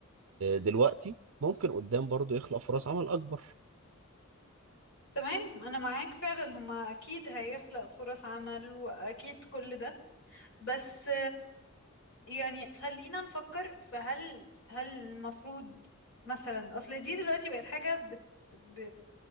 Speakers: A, on the right; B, on the left.
A: دلوقتي ممكن قدام برضو يخلق فرص عمل اكبر
B: تمام أنا معاك فعلا هما أكيد هيخلق فرص عمل وأكيد كل ده بس يعني خلينا نفكر فهل هل هل المفروض مثلا اصل دي دلوقتي بقت حاجة بت... ب...